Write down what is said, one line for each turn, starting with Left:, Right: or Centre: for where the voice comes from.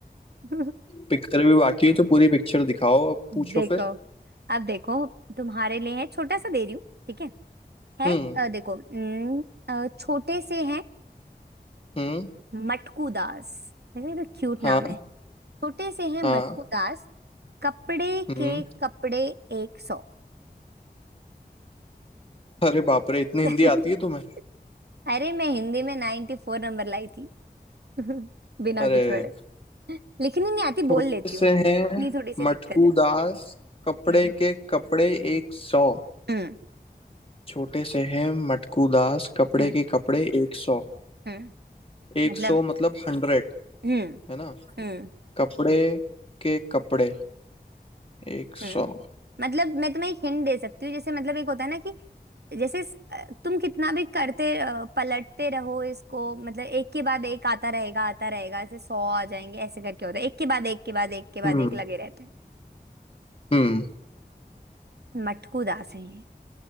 Right: <laughs>
Left: पिक्चर भी बाकी है तो पूरी पिक्चर दिखाओ अब पूछो
Right: देखो
Left: फिर
Right: अब देखो तुम्हारे लिए है छोटा सा दे रही हूँ ठीक है है
Left: हम्म
Right: अ, देखो न, अ, छोटे से हैं
Left: हम्म
Right: मटकू दास देखो ये तो क्यूट
Left: हाँ
Right: नाम है छोटे से हैं
Left: हाँ
Right: मटकू दास कपड़े
Left: हम्म
Right: के कपड़े एक सौ
Left: अरे बाप रे इतनी हिंदी
Right: <laughs>
Left: आती है तुम्हें
Right: अरे मैं हिंदी में नाइन्टी फोर नंबर लाई थी <laughs> बिना
Left: अरे
Right: कुछ पढ़े लिखनी नहीं आती
Left: छोटे
Right: बोल लेती
Left: से
Right: हूँ
Left: हैं
Right: इतनी थोड़ी सी
Left: मटकू
Right: दिक्कत है
Left: दास कपड़े
Right: हम्म
Left: के कपड़े एक सौ
Right: हम्म
Left: छोटे से हैं मटकू दास कपड़े
Right: हम्म
Left: के कपड़े एक सौ
Right: हम्म
Left: एक
Right: मतलब
Left: सौ मतलब हंड्रेड
Right: हम्म
Left: है ना
Right: हम्म
Left: कपड़े के कपड़े एक सौ
Right: हम्म मतलब मैं तुम्हें एक हिंट दे सकती हूँ जैसे मतलब एक होता है ना कि जैसे स- अ, तुम कितना भी करते अ, पलटते रहो इसको मतलब एक के बाद एक आता रहेगा आता रहेगा ऐसे सौ आ जाएंगे ऐसे करके होता है एक के बाद एक के बाद एक के बाद
Left: हम्म
Right: एक लगे रहते हैं
Left: हम्म
Right: हम्म। मटकू दास है ये